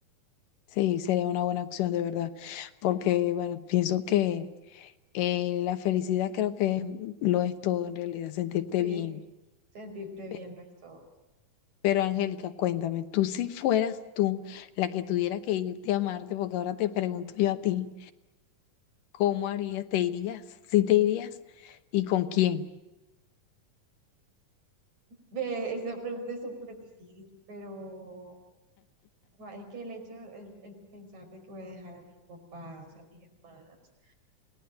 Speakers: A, on the left; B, on the right.
A: Sí, sería una buena opción de verdad, porque bueno, pienso que eh, la felicidad creo que es- lo es todo en realidad, sentirte
B: Sí,
A: bien.
B: sentirte bien
A: Pe-
B: no es todo.
A: Pero Angélica, cuéntame, tú si fueras tú la que tuviera que irte a Marte, porque ahora te pregunto yo a ti, ¿cómo harías? ¿Te irías? ¿Sí te irías? ¿Y con quién?
B: Ve, esa pregunta es súper difícil, pero gua- es que el hecho, el, el pensar de que voy a dejar a mis papás, a mis hermanas,